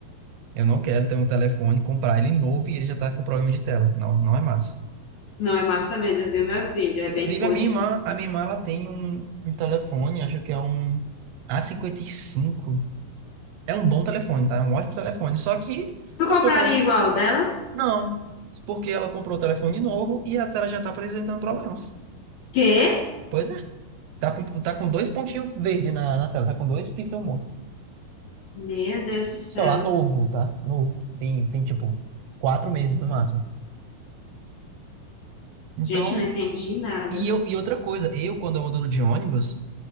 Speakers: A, on the right (about 80°); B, on the left (about 80°).
A: Eu não quero ter um telefone, comprar ele novo e ele já tá com problema de tela. Não, não é massa.
B: Não é massa mesmo, viu, meu filho? É
A: Inclusive,
B: bem pude.
A: a minha irmã, a minha irmã, ela tem um, um telefone, acho que é um A55. É um bom telefone, tá? É um ótimo telefone. Só que
B: Tu
A: ela
B: compraria
A: comprou.
B: igual dela?
A: Não, porque ela comprou o telefone novo e a tela já tá apresentando problemas.
B: Quê?
A: Pois é. Tá com, tá com dois pontinhos verdes na, na tela, tá com dois pixels mortos.
B: Meu Deus do céu.
A: Celular novo, tá? Novo. Tem, tem tipo quatro meses no máximo. Então,
B: Gente, eu não entendi nada.
A: e, eu, e outra coisa, eu quando eu ando de ônibus.